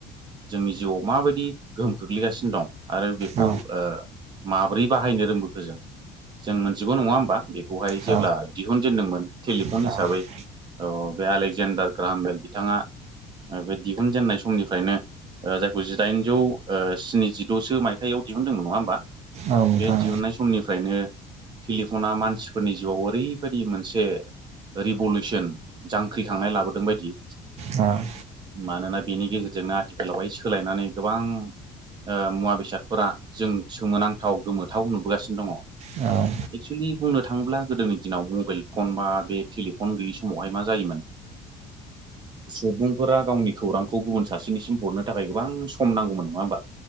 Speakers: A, on the right; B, on the right.
A: जोंनि जिउआव माबायदि गोहोम खोख्लैगासिनो दं। आरो बेखौ
B: औ
A: ओ माब्रै बाहायनो रोंबोखो जों? जों मोनसेगौ नङा होमबा बेखौहाय जेब्ला
B: औ
A: दिहुनजेनदोंमोन टेलिफन
B: औ
A: हिसाबै औ बे एलेक्जेडार ग्राहामबेल बिथाङा बे दिहुनजेननाय समनिफ्रायनो ओ जायखौ जिदाइनजौ ओ स्निजिद'सो मायथाइयाव दिहुनदोंमोन नङा होमबा
B: औ नोंथां
A: बे दिहुननाय समनिफ्रायनो टेलिफना मानसिफोरनि जिउआव ओरैबायदि मोनसे रिभलउसन जांख्रिखांनाय लाबोदों बायदि
B: आ
A: मानोना बेनि गेजेरजोंनो आथिखालावहाय सोलायनानै गोबां ओ मुवा बेसादफोरा जों सोमोनांथाव गोमोथाव नुबोगासिनो दङ।
B: औ
A: एक्सुेलि बुंनो थाङोब्ला गोदोनि दिनाव मबाइल फन बा बे टेलिफन गैयि समावहाय मा जायोमोन <inaudible> सुबुंफोरा गावनि खौरांखौ गुबुन सासेनिसिम हरनो थाखाय गोबां सम नांगौमोन। नङा होमबा